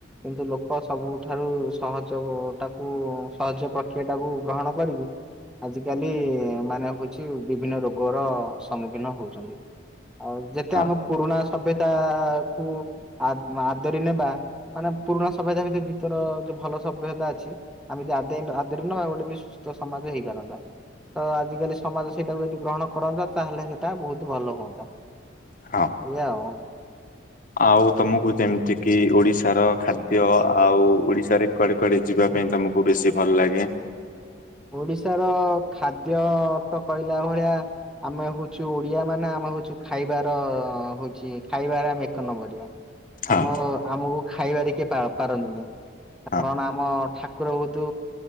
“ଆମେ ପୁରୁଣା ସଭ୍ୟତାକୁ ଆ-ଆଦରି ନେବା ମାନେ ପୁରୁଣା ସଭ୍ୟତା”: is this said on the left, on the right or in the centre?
Centre